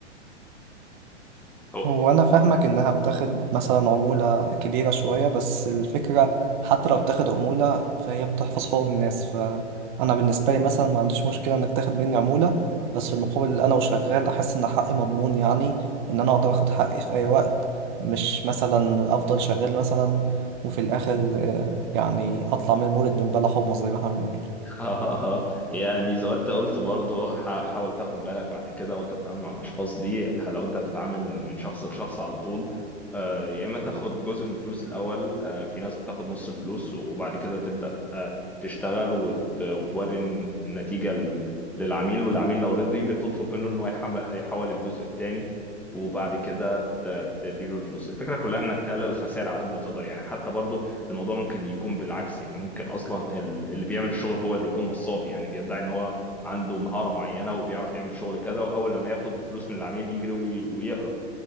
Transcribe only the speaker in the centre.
هو
<laughs> يعني زي ما انت قلت برضو حا- حاول تاخد بالك بعد كده وانت بتتعامل مع الاشخاص دي لو انت هتتعامل من شخص لشخص على طول آه، يا اما تاخد جزء من الفلوس الاول آه، في ناس بتاخد نص الفلوس وبعد كده تبدا آه، تشتغل وت- وتوري النتيجه ل- للعميل والعميل لو رضي بتطلب منه ان هو يحم- يحول الجزء الثاني وبعد كده ت- تديله الفلوس الفكره كلها انك تقلل الخسائر على قد ما تقدر يعني حتى برضو الموضوع ممكن يكون بالعكس يعني ممكن اصلا ال- اللي بيعمل الشغل هو اللي يكون نصاب يعني بيدعي ان هو عنده مهارة معينة وبيعرف يعمل شغل كذا واول لما ياخد الفلوس من العميل يجري وي- ويهرب